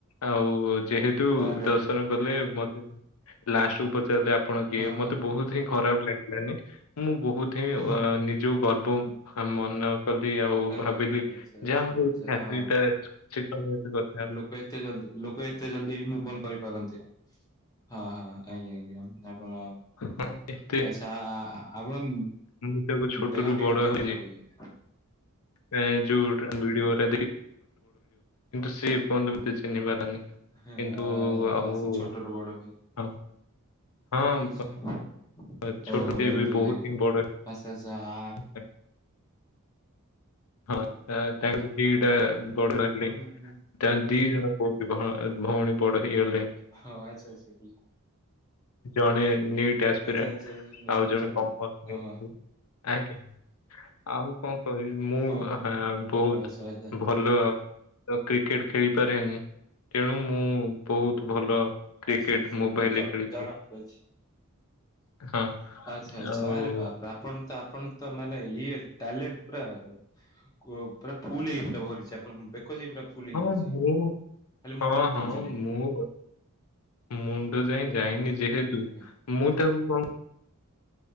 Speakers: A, on the left; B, on the left.
A: ଆଉ ଯେହେତୁ
B: ଆରେ
A: ଦର୍ଶନ କଲେ ମତେ ଲାଷ୍ଟେକୁ ପଚାରିଲେ ଆ ଆପଣ କିଏ
B: ହଁ ହଁ
A: ମତେ ବୋହୁତୁ ହିଁ ଖରାପ ଲାଗିଲାନି ମୁଁ ବହୁତ ହିଁ
B: ହୁଁ,
A: ଅ ନିଜକୁ ଗର୍ଭ ଆମନ କଲି ଆଉ
B: ଆଚ୍ଛା
A: ଭାବିଲି
B: ଆଚ୍ଛା ଆଚ୍ଛା ଆଚ୍ଛା
A: ଯାହା
B: ଆଚ୍ଛା
A: ହଉ ଛାତ୍ରୀଟା
B: ହଁ
A: ସେ ତ ମୋ କଥା ହଉ
B: କ ଏତେ ଜଲଦି ଲୋକ ଏତେ ଜଲଦି ମୁବ୍ ଅନ୍ କରିପାରନ୍ତି। ହଁ ହଁ ଆଜ୍ଞା ଆଜ୍ଞା ଆପଣ
A: ହଁ, ଏତେ
B: ଆଚ୍ଛା ଆ ଆପଣମ୍
A: ମୁଁ ତାକୁ ଛୋଟରୁ
B: ଦେହ ଟିକେ
A: ବଡ
B: ଅଧିକ
A: ହେଇ
B: ଖରାପ ହେଇଚି।
A: <unintelligible> କିନ୍ତୁ ସେ ଏ ପର୍ଯ୍ୟନ୍ତ ମତେ ଚିହ୍ନି ପାରେନି। କିନ୍ତୁ
B: ହଁ,
A: ଆହୁ
B: ଆଚ୍ଛା
A: ହଁ
B: ଛୋଟରୁୁ ବଡ ହୁଏ।
A: ହଁ
B: ନା ଆଚ୍ଛା
A: ଆ
B: ଓହୋ
A: ଛୋଟୁ ଟେ
B: ଏମିତି
A: ବି
B: କଥା
A: ବୋହୁତ
B: କି
A: ଇମ୍ପୋର୍ଟେଣ୍ଟ।
B: ଆଚ୍ଛା ଆଚ୍ଛା ଆ
A: ହଁ ତା
B: ଆଚ୍ଛା
A: ତାଙ୍କୁ
B: ଆପଣ
A: ଦିଟା ବଡ଼
B: ଆପଣ
A: <unintelligible> ତାଙ୍କ ଦି ଜଣ କୋଉଠ ଭ ଭଉଣୀ ବଡ଼ ହେଇଗଲେ।
B: ହ ଆଚ୍ଛା ଆଚ୍ଛା କି।
A: ଜଣେ ନିଟ୍ ଆସ୍ପିରାଣ୍ଟ୍
B: ଆଚ୍ଛା ଆଚ୍ଛା
A: ଆଉ
B: ବୁଝା
A: ଜଣେ
B: ପଡିଲା।
A: କ <unintelligible>
B: ଓହୋ
A: ଆଜ୍ଞା ଆଉ କଣ କହିବି ମୁଁ
B: ଓହୋ
A: ହା ବୋହୁତ
B: ଆଚ୍ଛା ଆଚ୍ଛା।
A: ଭଲ କ୍ରିକେଟ୍ ଖେଳିପାରେନି ତେଣୁ ମୁଁ ବୋହୁତ୍ ଭଲ କ୍ରିକେଟ
B: ଆଛା ଆଛା
A: ମୋବାଇଲରେ
B: ଜ
A: ଖେଳିଛି
B: ଜଣଙ୍କର ଅଛି।
A: ହଁ
B: ଆଚ୍ଛା ଆଚ୍ଛା
A: ଆଉ
B: ଆରେ ବାପରେ ଆପଣତ ଆପଣ୍ ତ ମାନେ ଇଏ ଟ୍ୟାଲେଣ୍ଟ୍ ପୁରା କୁ ପୁରା ଫୁଲ ହେଇ ପୁରା ଭରିଛି ଆପଣ ବେକ ଯାଏଁ ପୁରା ଫୁଲ
A: ହଁ
B: ହେଇଯାଇଛି।
A: ମୋର
B: ଖାଲି ମୁଣ୍ଡରେ
A: ହଁ ହଁ
B: ପହଞ୍ଚିନି
A: ମୁଁ ମୁଣ୍ଡ ଯାଏଁ ଯାଇନି ଯେହେତୁ
B: ଆଜ୍ଞା ଆଜ୍ଞା
A: ମୁଁ ତାକୁ କଣ